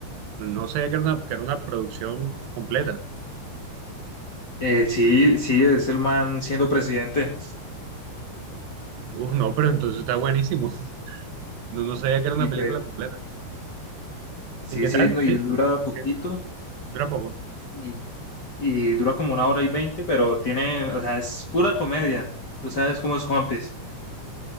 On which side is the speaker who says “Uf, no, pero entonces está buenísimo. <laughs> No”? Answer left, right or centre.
Right